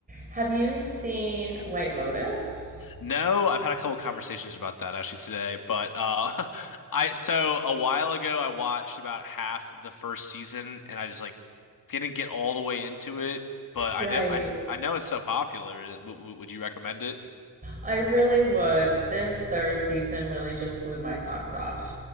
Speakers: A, on the right (about 25°); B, on the left (about 70°).
A: Have you seen White Lotus?
B: No, I've had a couple conversations about that actually today, but uh <laughs> I so a while ago I watched about half of the first season and I just like didn't get all the way into it, but I
A: Right.
B: know I, I know it's so popular. W w- would you recommend it?
A: I really would. This third season really just blew my socks off.